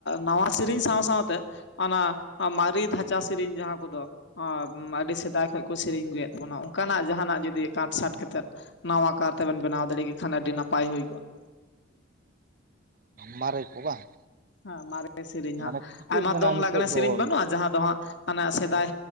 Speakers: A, on the left (about 60°); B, on the right (about 45°).
A: ᱱᱟᱣᱟ ᱥᱮᱨᱮᱧ ᱥᱟᱶ ᱥᱟᱶᱛᱮ ᱚᱱᱟ ᱢᱟᱨᱮ ᱫᱷᱟᱪᱟ ᱥᱮᱨᱮᱧ ᱡᱟᱦᱟᱸ ᱠᱚᱫᱚ ᱟᱹᱰᱤ ᱥᱮᱫᱟᱭ ᱠᱷᱚᱱ ᱠᱚ ᱥᱮᱨᱮᱧ ᱟᱹᱜᱩᱭᱮᱫ ᱛᱟᱵᱚᱱᱟ ᱚᱱᱠᱟᱱᱟᱜ ᱡᱟᱦᱟᱱᱟᱜ ᱡᱩᱫᱤ ᱠᱟᱴ ᱥᱟᱴ ᱠᱟᱛᱮᱫ ᱱᱟᱣᱟ ᱠᱟᱨ ᱛᱮᱵᱮᱱ ᱵᱮᱱᱟᱣ ᱫᱟᱲᱮ ᱠᱮ ᱠᱷᱟᱱ ᱟᱹᱰᱤ ᱱᱟᱯᱟᱭ ᱦᱩᱭ ᱠᱚᱜᱼᱟ ᱾
B: ᱢᱟᱨᱮ ᱠᱚ ᱵᱟᱝ
A: ᱦᱮᱸ ᱢᱟᱨᱮ ᱥᱮᱤᱨᱤᱧ
B: ᱢᱟᱱᱮ
A: ᱦᱟᱸᱜ
B: ᱪᱤᱠᱟᱹᱜ
A: ᱟᱭᱢᱟ
B: ᱠᱟᱱᱟ
A: ᱫᱚᱝ
B: ᱱᱤᱛᱚᱜ
A: ᱞᱟᱜᱽᱬᱮ
B: ᱫᱚ
A: ᱥᱮᱨᱮᱧ
B: ᱦᱩᱸ
A: ᱵᱟᱹᱱᱩᱜᱼᱟ ᱡᱟᱦᱟᱸ ᱫᱚ ᱦᱟᱸᱜ ᱥᱮᱫᱟᱭ